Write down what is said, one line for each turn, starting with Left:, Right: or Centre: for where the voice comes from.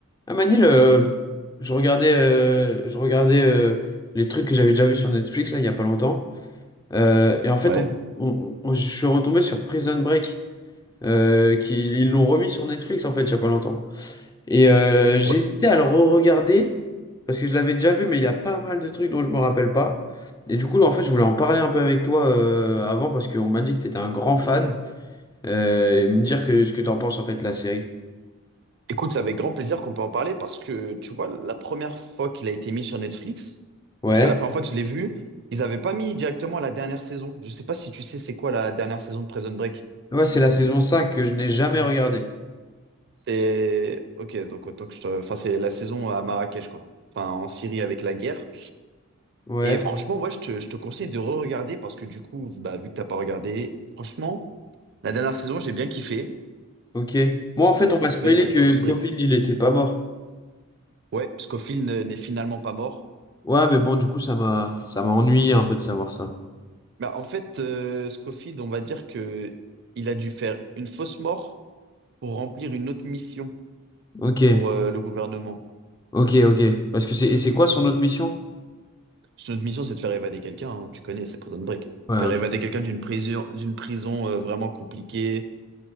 Left: Ah Manil, euh, je regardais, euh, je regardais euh, les trucs que j'avais déjà vus sur Netflix là, il n'y a pas longtemps. Euh, et en fait,
Right: Ouais.
Left: on- on- on- je suis retombé sur Prison Break, euh, qui, ils l'ont remis sur Netflix en fait il n'y a pas longtemps. Et euh, j'ai
Right: Ouais.
Left: hésité à le re-regarder parce que je l'avais déjà vu, mais il y a pas mal de trucs dont je me rappelle pas. Et du coup, en fait, je voulais en parler un peu avec toi euh, avant parce qu'on m'a dit que tu étais un grand fan euh, et me dire que, ce que tu en penses en fait de la série.
Right: Écoute, c'est avec grand plaisir qu'on peut en parler parce que, tu vois, la première fois qu'il a été mis sur Netflix,
Left: Ouais.
Right: en tout cas la première fois que je l'ai vu, ils n'avaient pas mis directement la dernière saison. Je sais pas si tu sais c'est quoi la dernière saison de Prison Break.
Left: Ouais, c'est la saison 5 que je n'ai jamais regardée.
Right: C'est... Ok, donc autant que je te... Enfin, c'est la saison à Marrakech, quoi. Enfin, en Syrie avec la guerre.
Left: Ouais.
Right: Et franchement, ouais, je te, je te conseille de re-regarder parce que du coup, bah, vu que t'as pas regardé, franchement, la dernière saison, j'ai bien kiffé.
Left: Ok. Moi, en fait,
Right: Ouais,
Left: on
Right: Enfin,
Left: m'a spoilé
Right: tu connais, c'est
Left: que
Right: Prison
Left: Scofield,
Right: Break.
Left: il était pas mort.
Right: Ouais, Scofield ne- n'est finalement pas mort.
Left: Ouais, mais bon, du coup, ça m'a ça m'a ennuyé un peu de savoir ça.
Right: Bah, en fait, euh, Scofield, on va dire que il a dû faire une fausse mort pour remplir une autre mission
Left: Ok,
Right: pour euh, le gouvernement.
Left: ok, ok. Parce que c'est et c'est quoi son autre mission?
Right: Son autre mission, c'est de faire évader quelqu'un. hein. Tu connais, c'est Prison Break.
Left: Ouais,
Right: Faire
Left: ok.
Right: évader quelqu'un d'une prison, d'une prison euh, vraiment compliquée